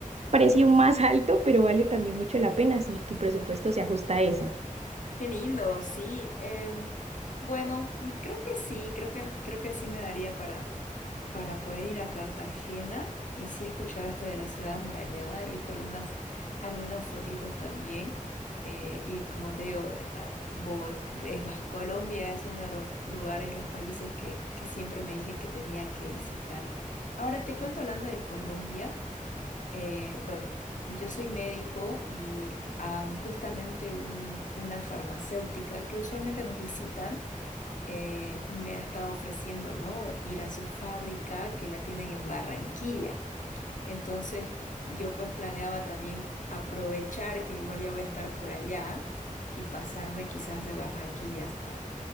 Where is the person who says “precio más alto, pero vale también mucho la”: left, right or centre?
Right